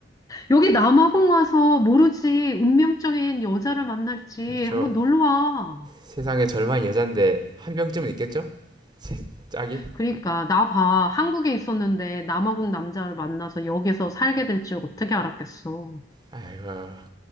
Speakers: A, on the left; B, on the right.
A: 여기 남아공 와서 모르지, 운명적인 여자를 만날지
B: <laughs> 저
A: 한번 놀러 와.
B: 세상의 절반 여잔데 한 명쯤은 있겠죠? 제 짝이?
A: 그러니까, 나 봐. 한국에 있었는데 남아공 남자를 만나서 여기서 살게 될 줄 어떻게 알았겠어.
B: 아이고